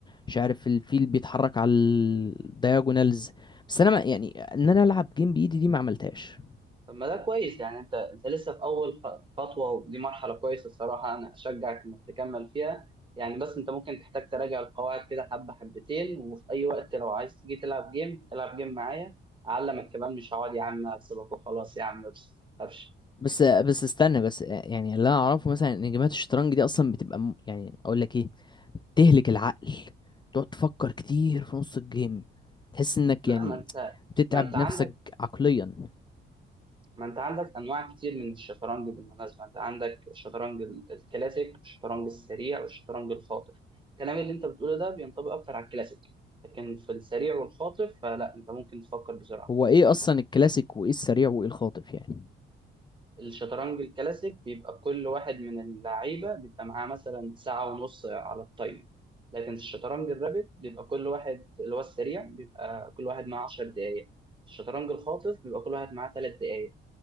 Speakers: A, on the left; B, on the right.
A: مش عارف الفيل بيتحرك على الدياجونالز بس انا ما يعني ان انا العب جيم بايدي دي ما عملتهاش
B: طب ما ده كويس يعني انت انت لسه في اول خ- خطوه ودي مرحله كويسه الصراحه انا اشجعك انك تكمل فيها يعني بس انت ممكن تحتاج تراجع القواعد كده حبه حبتين وفي اي وقت لو عايز تيجي تلعب جيم العب جيم معايا اعلمك كمان مش هقعد يا عم اكسبك وخلاص يا عم بس ما تخافش
A: بس بس استنى بس آه، يعني اللي انا اعرفه مثلا ان جيمات الشطرنج دي اصلا بتبقى م- يعني اقول لك ايه تهلك العقل تقعد تفكر كتير في نص الجيم تحس انك
B: لا
A: يعني
B: ما انت
A: بتتعب
B: ما انت عندك
A: نفسك عقليا
B: ما انت عندك انواع كتير من الشطرنج بالمناسبه انت عندك الشطرنج ال- الكلاسيك الشطرنج السريع والشطرنج الخاطف الكلام اللي انت بتقوله ده بينطبق اكتر على الكلاسيك لكن في السريع والخاطف فلا انت ممكن تفكر بسرعه
A: هو ايه اصلا الكلاسيك وايه السريع وايه الخاطف يعني
B: الشطرنج الكلاسيك بيبقى كل واحد من اللعيبه بيبقى معاه مثلا ساعه ونص على التايمر لكن الشطرنج الرابت بيبقى كل واحد اللي هو السريع بيبقى كل واحد معاه 10 دقائق الشطرنج الخاطف بيبقى كل واحد معاه ثلاث دقائق